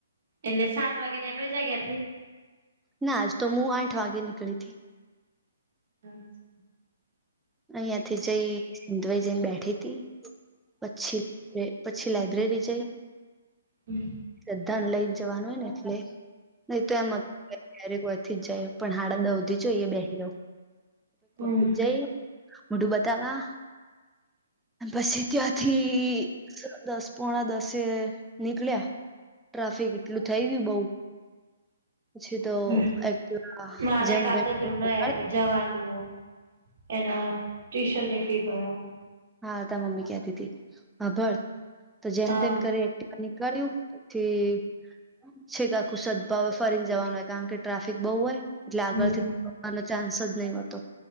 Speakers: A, on the right; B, in the centre.
A: એટલે સાત વાગ્યે નેકળી જાય ઘેરથી?
B: ના આજ તો હું આઠ વાગે નીકળી તી.
A: અચ્છા.
B: અહિયા થી જઈ ધોઈ જઈને બેઠી તી. પછી પછી લાયબ્રેરી જઈ
A: હમ.
B: લધાન લઈ જવાનું હોય ને એટલે. નહી તો એમ જ કારેક થી જાય. પણ હાડા નવથી જોઈએ બેહી રહું.
A: હમ
B: કે જય મોઢું બતાવા. અને પછી ત્યાંથી દસ પોણા દસે નીકળ્યા. ટ્રાફિક એટલું થઈ ગયું બઉુ. પછી તો,
A: હમ
B: એક્ટિવા
A: મારે
B: જેમ
A: કાલ
B: તેમ
A: તો
B: કરીને
A: ધ્રુવને
B: નીકાળી.
A: જવાનું. એના ટ્યુશનની ફી ભરાવા
B: હા તાર મમ્મી કતી તી. હાભળ તો જેમ
A: હા
B: તેમ કરી એક્ટ નીકળ્યું. પછી સીધા કુસદભાવે ફરીને જવાનું હોય. કારણ કે, ટ્રાફિક બહુ હોય. એટલે આગળથી
A: હમ
B: પપ્પાનો ચાન્સ જ ન હતો.